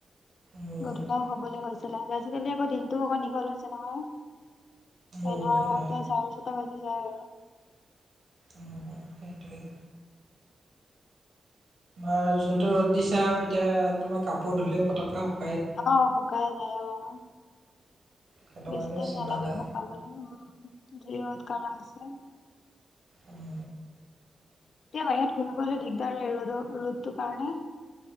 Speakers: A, on the right; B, on the left.
A: অঁ
B: গধূলাও হবলৈ হৈছিলে। আজিকালি আকৌ দিনটোও দীঘল আছে নহয়,
A: অঁ
B: এঘৰতে
A: হয়
B: চাৰেছটা বাজিল। <unintelligible>
A: অ' সেইটোৱে। অঁ' যোনটো ৰ'দ দিছা আৰু এতিয়া তোমাৰ কাপোৰ ধুললেও পতককে হ'ব
B: অহ শুকাই যায় অহ
A: সেইটো
B: বেছি
A: কাৰণেও
B: টাইম
A: চিন্তা
B: নালাগে
A: নাই
B: শুকাবলৈ অহ যি ৰদ গৰম দিছে।
A: আহ
B: এতিয়া বাহিৰত ঘুৰিবলৈ দিগদাৰ হয়, ৰদ ৰ'দটোৰ কাৰণে।